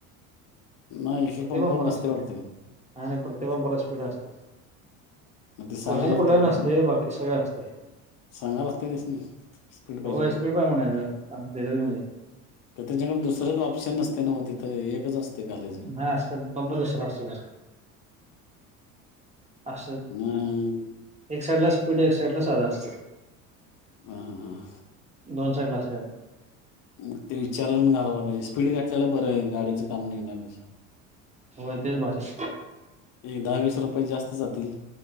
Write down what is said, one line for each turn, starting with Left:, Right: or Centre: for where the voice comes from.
Left: नाही एक
Right: प्रत्येक
Left: एक पंपावर
Right: पंख
Left: नसते
Right: असतय,
Left: वाटते
Right: नाय नाय प्रत्येक पंपाला स्पीड असतय.
Left: मग ते सांगायला
Right: क्वचित कुठल्या
Left: लागते
Right: तरी
Left: काय
Right: नसतंय
Left: त्यांना
Right: बाकी सगळ्या असतंय.
Left: सांगा लागते त्यासनी स्पीड
Right: होय
Left: म्हणून
Right: स्पीड पाहिजे म्हणायचं. देतात मग ते!
Left: का त्यांच्याकडे दुसरं ऑप्शन नसते ना तथं एकच असते घालायच
Right: हा असत पंप दुसरा असतो त अस
Left: मग
Right: एक साईड ला स्पीड एक साइड ला साधा असते
Left: ह हा हां
Right: दोन साईला असात
Left: मग ते विचारून घालायला पाहिजे स्पीड घातटल्याला बरं आहे गाडीचं काम नाही घेण्यापेक्षा
Right: हो तेच भारी
Left: एक दहा वीस रुपये जास्त जातील,